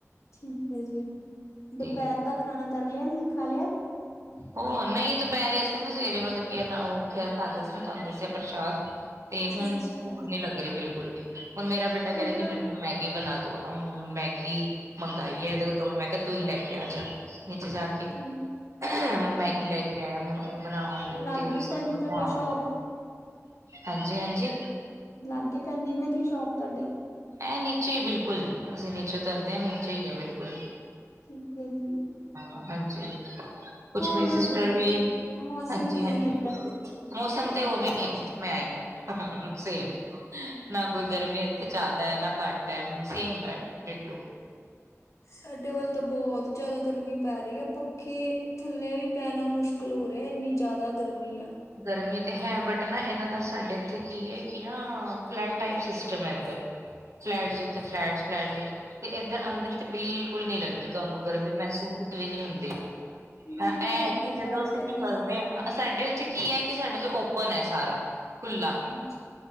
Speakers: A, on the left (about 70°); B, on the right (about 65°).
A: ਠੀਕ ਹੈ ਜੀ। ਦੁਪਹਿਰ
B: ਤੇ
A: ਦਾ ਖਾਣਾ ਕਰ ਲਿਆ ਜੀ, ਖਾ ਲਿਆ।
B: ਉਹ ਨਹੀਂ ਦੁਪਹਿਰੇ ਅਸੀਂ ਨਾ ਸਵੇਰੇ ਮਤਲਬ ਕਿਨਾ ਉਹ ਖਾਦੇ ਸੀ ਨਾ ਤੁਹਾਨੂੰ ਦੱਸਿਆ ਪ੍ਰਸ਼ਾਦ ਤੇ
A: ਅੱਛਾ-ਅੱਛਾ
B: ਹੁਣ ਭੁੱਖ ਨੀ ਲੱਗ ਰਹੀ ਬਿਲਕੁਲ ਵੀ। ਹੁਣ ਮੇਰਾ ਬੇਟਾ ਕਹਿ
A: ਹੁਣ
B: ਰਹੇ ਕਿ
A: ਤਾਂ
B: ਮੇ ਮੈਗੀ ਬਣਾ ਦੋ, ਹੁਣ ਮੈਗੀ ਮੰਗਾਈ ਹੈ ਇਹਦੇ ਮੈਂ ਕਿਹਾ ਤੂੰ ਹੀ ਲੈ ਕੇ ਆ ਜਾ। ਨੀਚੇ ਜਾ ਕੇ
A: ਹਮਮ
B: ਹੁਣ ਮੈਗੀ ਲੈ ਕੇ ਆਇਆ, ਹੁਣ ਉਹ ਬਣਾਵਾਂਗੇ
A: ਲਾਗੇ
B: ਤੇ ਉਹ ਸਭ
A: ਪੈਂਦੀ
B: ਨੂੰ
A: ਤੁਹਾਡੇ
B: ਖਵਾਵਾਗੇ।
A: ਸ਼ੋਪ
B: ਹਾਂਜੀ- ਹਾਂਜੀ।
A: ਲਾਗੇ ਪੈਂਦੀ ਹੈ, ਮੈਂ ਕਿਹਾ ਸ਼ੋਪ ਤੁਹਾਡੇ?
B: ਇਹ ਨੀਚੇ ਹੀ ਬਿਲਕੁਲ, ਅਸੀਂ ਨੀਚੇ ਉਤਰਦੇ ਹਾਂ ਨੀਚੇ ਹੀ ਆ ਬਿਲਕੁਲ।
A: ਠੀਕ ਹੈ ਜੀ।
B: ਹਾਂ! ਹਾਂਜੀ, ਕੁਛ
A: ਹੋਰ
B: ਮੇਰੀ
A: ਦੱਸੋ
B: ਸਿਸਟਰ
A: ਤੁਹਾਡੇ
B: ਵੀ,
A: ਮੌਸਮ
B: ਹਾਂਜੀ
A: ਕਿਵੇਂ
B: -ਹਾਂਜੀ।
A: ਇੱਧਰ
B: ਮੌਸਮ ਤੇ ਉਵੇਂ ਹੈ ਜਿੱਥੇ ਮੈਂ ਆਈ ਹਾਂ, ਸੇਮ। ਨਾ ਕੋਈ ਗਰਮੀ ਇੱਥੇ ਜ਼ਿਆਦਾ ਹੈ ਨਾ ਘੱਟ ਹੈ, ਸੇਮ ਹੈ ਡਿਟੋ।
A: ਸਾਡੇ ਵੱਲ ਤਾਂ ਬਹੁਤ ਜ਼ਿਆਦਾ ਗਰਮੀ ਪੈ ਰਹੀ ਹੈ। ਪੱਖੇ ਥੱਲੇ ਵੀ ਪੈਣਾ ਮੁਸ਼ਕਿਲ ਹੋ ਰਿਹਾ ਇੰਨੀ ਜ਼ਿਆਦਾ ਗਰਮੀ ਹੈ।
B: ਗਰਮੀ ਤੇ ਹੈ ਬਟ ਨਾ ਇਹਨਾਂ ਦਾ ਸਾਡੇ ਇੱਥੇ ਕੀ ਹੈ ਕਿ ਨਾ, ਫਲੈਟ ਟਾਈਪ ਸਿਸਟਮ ਹੈ ਇੱਧਰ। ਫਲੈਟਸ ਦੇ ਉੱਤੇ ਫਲੈਟ ਤੇ, ਇਧਰ ਅੰਦਰ ਤੇ ਬਿਲਕੁਲ ਨਹੀਂ ਲੱਗਦੀ। ਤੁਹਾਨੂੰ ਗਰਮੀ ਮਹਿਸੂਟ ਵੀ ਨਈ ਹੁੰਦੀ,
A: ਨਹੀਂ
B: ਹਾਂ
A: ਫਿਰ ਸਾਡੇ
B: ਇਹ ਕਿ ਜਦੋਂ
A: ਤਾਂ ਇੱਧਰ
B: ਅਸੀਂ ਨਿਕਲਦੇ ਆਂ ਹਾਂ ਸਾਡੇ ਉੱਥੇ ਕੀ ਐ, ਕਿ ਸਾਡੇ ਉਥੇ ਓਪਨ ਐ ਸਾਰਾ ਖੁੱਲਾ।
A: ਅੱਛਾ।